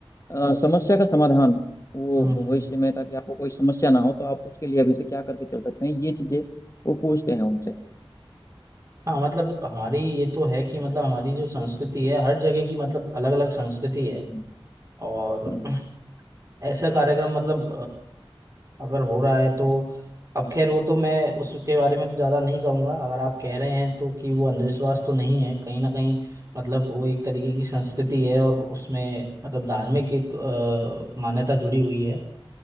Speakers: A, on the left (about 35°); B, on the right (about 35°).
A: अ, समस्या का समाधान वो
B: हम्म
A: भविष्य
B: हम्म
A: में ताकि आपको कोई समस्या ना हो तो आप उसके लिए अभी से क्या करके चल सकते हैं ये चीजें वो पूछते हैं उनसे
B: हाँ मतलब हमारी ये तो है कि मतलब हमारी जो संस्कृति है हर जगह की मतलब अलग अलग संस्कृति है
A: हम्म,
B: और
A: हम्म,
B: <clears throat> ऐसा कार्यक्रम मतलब अ, अगर हो रहा है तो अब खैर वो तो मैं उसके बारे में तो ज्यादा नहीं कहूंगा अगर आप कह रहे हैं तो कि वो अंधविश्वास तो नहीं है कहीं ना कहीं मतलब वो एक तरीके की संस्कृति है और उसमें मतलब धार्मिक एक अ, मान्यता जुड़ी हुई है